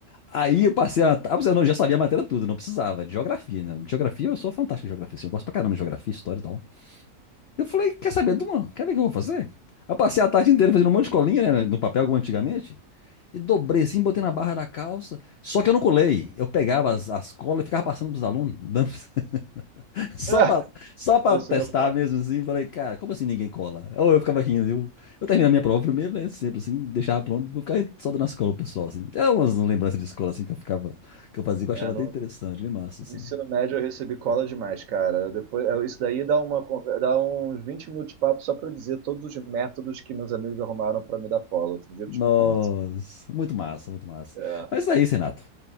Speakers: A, on the left; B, on the right.
A: Aí eu passei a. Ah, eu não, eu já sabia a matéria toda, não precisava, de geografia, né? Geografia, eu sou fantástico em geografia, assim, eu gosto pra caramba de geografia, história e tal. Eu falei, quer saber, Duma? Quer ver o que eu vou fazer? Eu passei a tarde inteira fazendo um monte de colinha, né? No papel, como antigamente. E dobrei assim, botei na barra da calça. Só que eu não colei. Eu pegava as, as colas e ficava passando pros alunos. dando- <laughs> Só
B: Ah,
A: pra, só pra
B: isso
A: testar
B: deu cola.
A: mesmo assim. Falei, cara, como assim ninguém cola? Ou eu ficava rindo, viu? Eu terminava a minha prova primeiro, né? Sempre assim, deixava pronto. Vou ficar só dando as colas pro pessoal, assim. É umas lembranças de escola, assim, que eu ficava... Que eu fazia, que eu
B: É,
A: achava
B: no,
A: até interessante. Bem massa, assim.
B: no ensino médio eu recebi cola demais, cara. Depois, é, isso daí dá uma, conver- dá uns 20 minutos de papo só pra eu dizer todos os métodos que meus amigos arrumaram pra me dar cola. Outro dia eu
A: Nossa,
B: te conto.
A: muito massa, muito massa.
B: É,
A: Mas é isso, Renato.